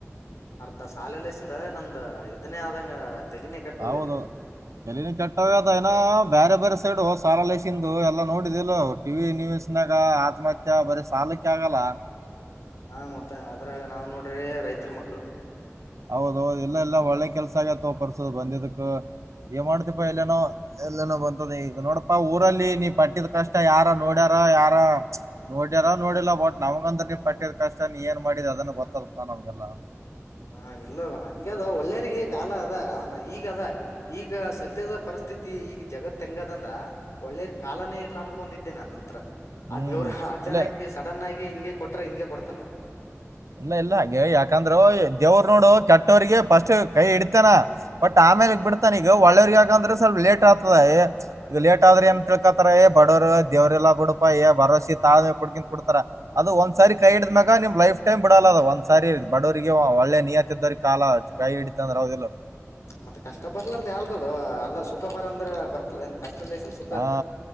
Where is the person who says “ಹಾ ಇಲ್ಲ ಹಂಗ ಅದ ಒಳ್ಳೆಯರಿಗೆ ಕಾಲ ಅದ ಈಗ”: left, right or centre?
Left